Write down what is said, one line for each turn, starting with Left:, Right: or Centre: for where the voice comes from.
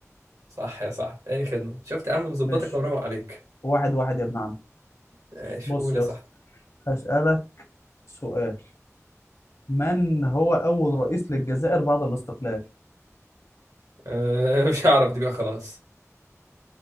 Right: صح يا صاحبي اي خدمه شفت يا عم مظبطك
Left: ماشي
Right: ومروق عليك
Left: واحد واحد يا ابن عم
Right: ماشي
Left: بص
Right: قول
Left: يا
Right: يا صاحبي
Left: اسطى هسألك سؤال من هو أول رئيس للجزائر بعد الاستقلال
Right: أه <laughs> مش هعرف دي بقى خلاص